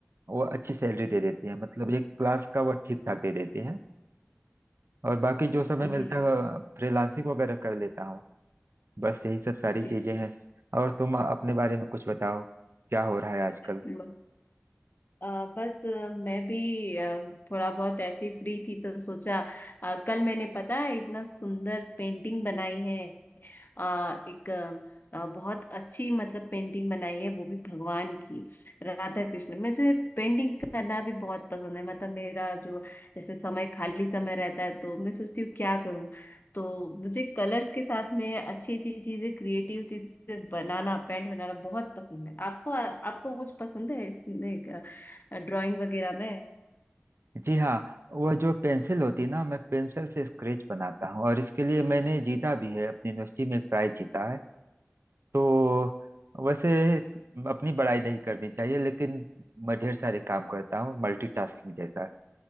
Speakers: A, on the right; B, on the left.
A: वो अच्छी सैलरी दे देती है मतलब एक क्लास का वो ठीक ठाक दे देते हैं और बाकी जो समय मिलता
B: जी
A: है फ्रीलांसिंग वगैरह कर लेता हूँ बस यही सब सारी
B: के-
A: चीजें हैं और तुम अपने बारे में कुछ बताओ क्या हो रहा है आजकल
B: म- अ, बस अ, मैं भी अ, थोड़ा बहुत ऐसे ही फ्री थी तो सोचा अ, कल मैंने पता है इतना सुंदर पेंटिंग बनाई है आ, एक आ, बहुत अच्छी मतलब पेंटिंग बनाई है वो भी भगवान की राधा कृष्ण मुझे पेंटिंग करना भी बहुत पसंद है मतलब मेरा जो जैसे समय खाली समय रहता है तो मैं सोचती हूँ क्या करूँ तो मुझे कलर्स के साथ में अच्छी अच्छी चीजें क्रिएटिव चीजें बनाना पेंट बनाना बहुत पसंद है आपको आपको कुछ पसंद है इसमें ड्राइंग वगैरह में
A: जी हाँ वह जो पेंसिल होती है ना मैं पेंसिल से स्केच बनाता हूँ और इसके लिए मैंने जीता भी है अपनी यूनिवर्सिटी में एक प्राइज जीता है तो वैसे अपनी बड़ाई नहीं करनी चाहिए लेकिन मैं ढेर सारे काम करता हूँ मल्टीटास्किंग जैसा